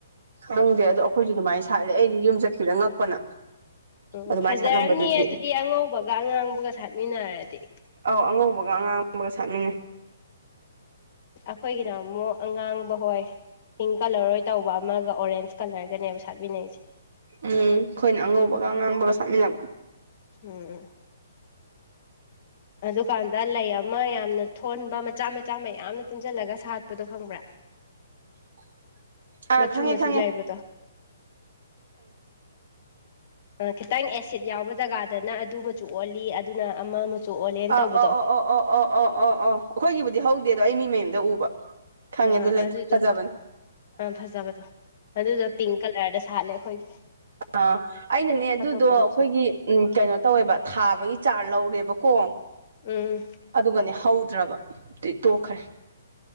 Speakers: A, on the right; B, on the left.
A: ꯈꯪꯗꯦ ꯑꯗꯣ ꯑꯩꯈꯣꯏꯁꯨ ꯑꯗꯨꯃꯥꯏꯅ ꯁꯥꯠꯂꯦ ꯑꯩꯗꯤ ꯌꯨꯝ ꯆꯠꯈꯤꯕꯗ ꯉꯛꯄꯅ
B: ꯎꯝ
A: ꯑꯗꯨꯃꯥꯏꯅ
B: ꯐꯖꯔꯝꯅꯤ
A: ꯁꯥꯠꯂꯝꯕꯗꯨꯗꯤ
B: ꯑꯗꯨꯗꯤ ꯑꯉꯧꯕꯒ ꯑꯉꯥꯡꯕꯒ ꯁꯥꯠꯃꯤꯟꯅꯔꯗꯤ
A: ꯑꯧ ꯑꯉꯧꯕꯒ ꯑꯉꯥꯡꯕꯒ ꯁꯥꯠꯃꯥꯟꯅꯩ
B: ꯑꯩꯈꯣꯏꯒꯤꯅ ꯑꯃꯨꯛ ꯑꯉꯥꯡꯕ ꯍꯣꯏ ꯄꯤꯡ ꯀꯂꯔꯣꯏ ꯇꯧꯕ ꯑꯃꯒ ꯑꯣꯔꯦꯟꯁ ꯀꯂꯔꯒꯅꯦꯕ ꯁꯥꯠꯃꯤꯟꯅꯩꯁꯦ
A: ꯎꯝ ꯑꯩꯈꯣꯏꯅ ꯑꯉꯧꯕꯒ ꯑꯉꯥꯡꯕꯒ ꯁꯥꯠꯃꯤꯟꯅꯕ
B: ꯎꯝ ꯑꯗꯨꯀꯥꯟꯗ ꯂꯩ ꯑꯃ ꯌꯥꯝꯅ ꯊꯣꯟꯕ ꯃꯆꯥ ꯃꯆꯥ ꯃꯌꯥꯝꯅ ꯄꯨꯟꯁꯤꯜꯂꯒ ꯁꯥꯠꯄꯗꯣ ꯈꯪꯕ꯭ꯔꯥ
A: <unintelligible> <inaudible> ꯑꯥ
B: ꯃꯆꯨ
A: ꯈꯪꯉꯦ
B: ꯃꯆꯨ
A: ꯈꯪꯉꯦ
B: ꯂꯩꯥꯏꯕꯗꯣ ꯈꯤꯇꯪ ꯑꯦꯁꯤꯠ ꯌꯥꯎꯕ ꯖꯒꯥꯗꯅ ꯑꯗꯨ ꯃꯆꯨ ꯑꯣꯜꯂꯤ ꯑꯗꯨꯅ ꯑꯃ ꯃꯆꯨ ꯑꯣꯜꯂꯦꯅ
A: ꯑꯥ
B: ꯇꯧꯕꯗꯣ
A: ꯑ ꯑꯣ ꯑ ꯑꯣ ꯑꯣ ꯑꯣ ꯑꯣ ꯑꯣ ꯑꯩꯈꯣꯏꯒꯤꯕꯨꯗꯤ ꯍꯧꯗꯦ ꯑꯗꯣ ꯑꯩ ꯃꯤ ꯃꯌꯨꯝꯗ ꯎꯕ ꯈꯪꯉꯦ
B: ꯑꯥ
A: ꯑꯗꯨ ꯂꯩꯇꯣ
B: ꯑꯗꯨꯗꯣ
A: ꯐꯖꯕꯅꯦ
B: ꯑꯥ ꯐꯖꯕꯗꯣ ꯑꯗꯨꯗꯣ ꯄꯤꯡ ꯀꯂꯔꯗ ꯁꯥꯠꯂꯦ ꯑꯩꯈꯣꯏꯒꯤ
A: ꯑꯥ ꯑꯩꯅꯅꯦ ꯑꯗꯨꯗꯣ
B: ꯑꯇꯣꯞꯄ
A: ꯑꯩꯈꯣꯏꯒꯤ
B: ꯃꯆꯨ
A: ꯎꯝ ꯀꯩꯅꯣ ꯇꯧꯋꯦꯕ ꯊꯥꯕꯒꯤ ꯆꯥꯔꯖ ꯂꯧꯔꯦꯕꯀꯣ
B: ꯎꯝ
A: ꯑꯗꯨꯒꯅꯤ ꯍꯧꯗ꯭ꯔꯕ ꯑꯗꯨꯗꯩ ꯇꯣꯛꯈ꯭ꯔꯦ